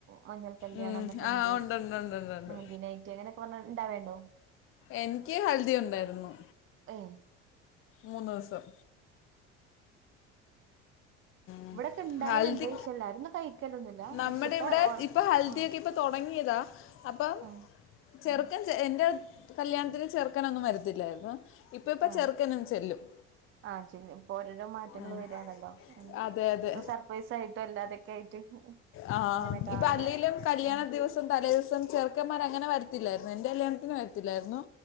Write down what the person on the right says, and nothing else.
മഞ്ഞൾ കല്യാണം
മെഹന്തി
ഹെൽദി നൈറ്റ് അങ്ങനെയൊക്കെ പറഞ്ഞ ഇണ്ടാവേണ്ടോ
ഏ <inaudible>
ഇവിടൊക്കെ ഇണ്ടാവലുണ്ട്
ഈശല്ലാരും ഒും കഴിക്കലൊന്നുമില്ല പക്ഷെ
ഇപ്പ
ഒറ
ആഹ്
ആഹ്
ആഹ്
ആ
ആഹ ചെല്ലും ഇപ്പൊ ഓരോരോ മാറ്റങ്ങൾ
വരണല്ലോ
ഇപ്പ സർപ്രൈസ്‌ ആയിട്ടും അല്ലാതൊക്കെ ആയിട്ട്
ഇങ്ങനെ കാണണ
ആഹ്